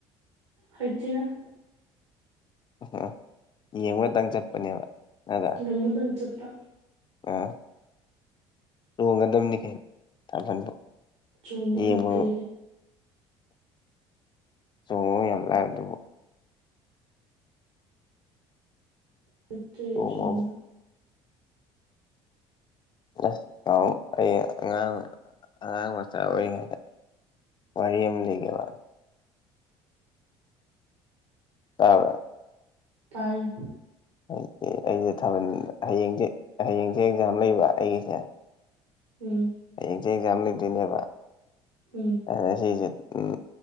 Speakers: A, on the right; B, on the left.
A: ꯍꯩꯇꯦꯗ
B: <unintelligible> ꯌꯦꯡꯕ ꯉꯇꯪ ꯆꯠꯄꯅꯦꯕ ꯅꯠꯇ꯭ꯔꯥ
A: ꯂꯝꯕꯗꯪ ꯆꯠꯄ
B: ꯑꯥ ꯆꯣꯡꯒꯗꯕꯅꯤ ꯀꯩꯅꯣ ꯊꯥꯕꯜꯕꯨ
A: ꯆꯣꯡꯕ
B: ꯌꯦꯡꯕꯨ
A: ꯍꯩꯇꯦ
B: ꯆꯣꯡꯕꯕꯨ ꯌꯥꯝ ꯂꯥꯏꯗꯨꯕꯨ
A: ꯍꯩꯇꯦ
B: ꯆꯣꯡꯕꯕꯨ
A: ꯆꯣꯡꯕ
B: ꯑꯁ ꯅꯍꯥꯟꯃꯨꯛ ꯑꯩ ꯑꯉꯥꯡ ꯑꯉꯥꯡ ꯃꯆꯥ ꯑꯣꯏꯔꯤꯉꯩꯗ ꯋꯥꯔꯤ ꯑꯃ ꯂꯤꯒꯦꯕ ꯇꯥꯕ꯭ꯔ
A: ꯇꯥꯏꯌꯦ
B: ꯑꯩꯁꯦ ꯑꯩꯁꯦ ꯊꯥꯕꯜ ꯍꯌꯦꯡꯁꯦ ꯍꯌꯦꯡꯁꯦ ꯑꯦꯛꯖꯥꯝ ꯂꯩꯕ ꯑꯩꯒꯤꯁꯦ
A: ꯎꯝ
B: ꯍꯌꯦꯡꯁꯦ ꯑꯦꯛꯖꯥꯝ ꯂꯩꯗꯣꯏꯅꯦꯕ
A: ꯎꯝ
B: ꯑꯗ ꯁꯤꯁꯦ ꯎꯝ